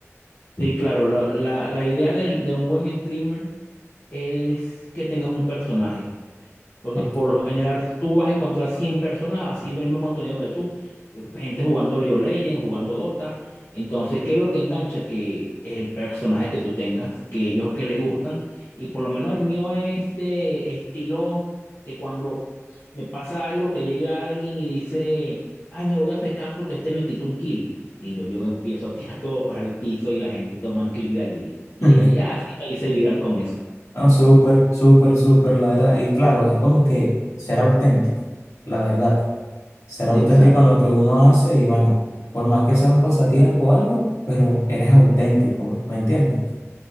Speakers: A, on the left; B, on the left.
A: Sí, claro, la, la- la idea del- de un buen streamer es que tengas un personaje. Porque
B: Ok.
A: por lo general tú vas a encontrar 100 personas haciendo el mismo contenido que tú. Gente jugando League of Legends, jugando Dota. Entonces, ¿qué es lo que engancha? Que es el personaje que tú tengas, que ellos que le gustan. Y por lo menos el mío es de estilo que cuando me pasa algo, que llega alguien y dice, ay, me voy a fecar porque este me quitó un kill. Y yo llego, empiezo a tirar <laughs> todo para el piso y la gente toma un clic de allí. Y
B: <laughs>
A: así me hice viral con eso.
B: No, súper, súper, súper, la verdad. Y claro, es como que ser auténtico, la verdad. Ser auténtico
A: Exacto.
B: en lo que uno hace y bueno, por más que sea un pasatiempo o algo, pero eres auténtico, ¿me entiendes?